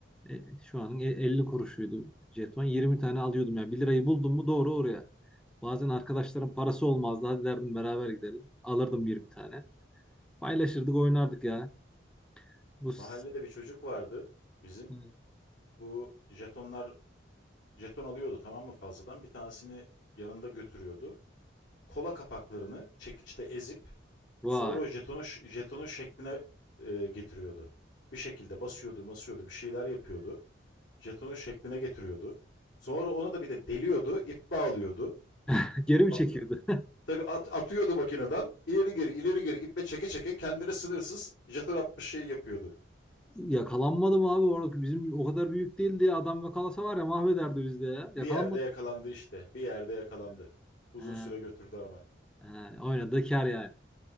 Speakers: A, in the centre; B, on the left.
A: e, şu anın e- 50 kuruşuydu jeton. 20 tane alıyordum ya. bir lirayı buldum mu doğru oraya. Bazen arkadaşlarım parası olmazdı. Hadi derdim beraber gidelim. Alırdım 20 tane. Paylaşırdık oynardık ya. Bu
B: Mahallede
A: s-
B: bir çocuk vardı bizim.
A: Hı.
B: Bu jetonlar jeton alıyordu tamam mı fazladan. Bir tanesini yanında götürüyordu. Kola kapaklarını çekiçle ezip
A: Vay.
B: sonra o jetonu, jetonu şekline e, getiriyordu. Bir şekilde basıyordu basıyordu bir şeyler yapıyordu. jetonun şekline getiriyordu. Sonra onu da bir de deliyordu, ip bağlıyordu.
A: <laughs> Geri mi
B: At,
A: çekiyordu?
B: tabii at- atıyordu makineden. İleri geri, ileri geri iple çeke çeke kendine sınırsız jeton atmış şey yapıyordu.
A: <laughs> Yakalanmadım abi orada. Bizim o kadar büyük değildi ya. Adam yakalasa var ya mahvederdi bizde ya. Yakalanmadım.
B: Bir yerde yakalandı işte. Bir yerde yakalandı. Uzun
A: He.
B: süre götürdü ama.
A: He, oynadığı kar yani.